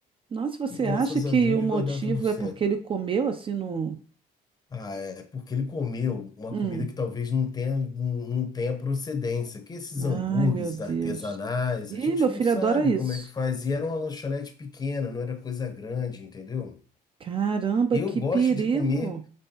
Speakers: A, on the right; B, on the left.
A: Nossa, você
B: e graças
A: acha que
B: a Deus
A: o motivo
B: vai dar tudo certo.
A: é porque ele comeu assim no...
B: Ah, é porque ele comeu uma
A: Hum.
B: comida que talvez não tenha, não não tenha procedência. Que esses
A: Ai,
B: hambúrgueres
A: meu Deus.
B: artesanais,
A: Ih,
B: a gente
A: meu filho
B: não sabe
A: adora isso.
B: como é que faz. E era uma lanchonete pequena, não era coisa grande, entendeu?
A: Caramba,
B: E
A: que
B: eu gosto
A: perigo!
B: de comer